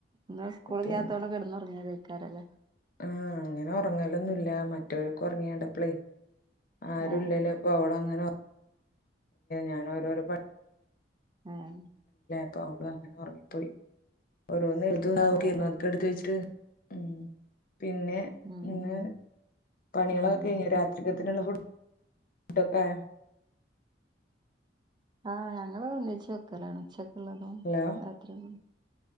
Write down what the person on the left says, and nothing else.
പിന്നെ
ആഹ് അങ്ങനെ ഒറങ്ങലൊന്നുല്ലാ മറ്റോലൊക്കെ ഒറങ്ങിയാണ്ടപ്പളേ ആരും
ഇല്ലല്ലേ അപ്പൊ അവടെ അങ്ങനെ ഞാനോരോരോ പ
അപ്പൊ അവള് അങ്ങനെ ഒർ ങ്ങിപ്പോയി ഓരോന്ന് <unintelligible>
എടുത്ത് വെച്ചിട്ട് ഉം പിന്നെ
ഇന്ന്
പണിയളൊക്കഴിഞ്ഞോ
രാത്രികത്തിന്ള്ള ഫു ഡക്കായോ
ഹലോ